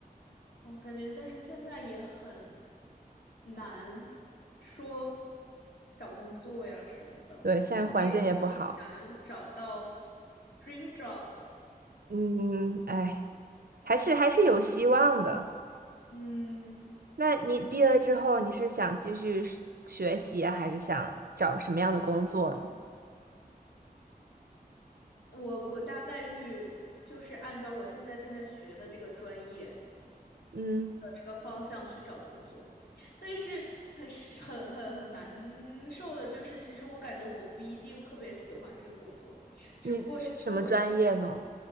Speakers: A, on the left (about 80°); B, on the right (about 70°).
A: 我感觉，但是现在也很难说找工作呀什么的，
B: 对，现在环境也不好。
A: 更比想要找到 dream job 了。
B: 嗯，哎，还是还是有希望的。
A: 嗯，
B: 那你毕业了之后，你是想继续是学习啊还是想找什么样的工作呢？
A: 我我大概率就是按照我现在正在学的这个专业
B: 嗯，
A: 的这个方向去找工作，但是很是很很很难受的就是，其实我感觉我不一定特别喜欢这个工作，只不过是因为我学。
B: 你你是什么专业呢？